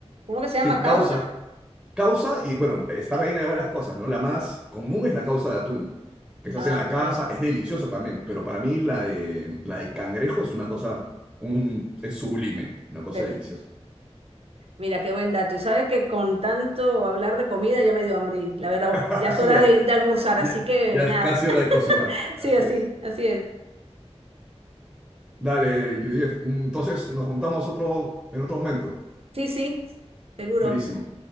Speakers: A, on the right; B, in the centre.
A: ¿Cómo que se
B: sí,
A: llama? ¿Causa?
B: causa, Causa, y bueno, está rellena de varias cosas, ¿no? La más común es la causa de atún, que se
A: Ah,
B: hace en la
A: ok.
B: casa, es deliciosa también, pero para mí la de, la de cangrejo es una cosa, un, es sublime, una cosa
A: Perfecto.
B: deliciosa.
A: Mira, qué buen dato. Y sabes que con tanto hablar de comida ya me dio hambre. y La verdad,
B: <laughs> Así
A: ya es hora
B: ya,
A: de, de almorzar, así
B: ya,
A: que
B: ya
A: nada.
B: es casi
A: <laughs>
B: hora de cocinar. Así
A: Sí, así,
B: es.
A: así es.
B: Dale, Judith. Entonces nos juntamos otro, en otro momento.
A: Sí, sí, seguro.
B: Buenísimo.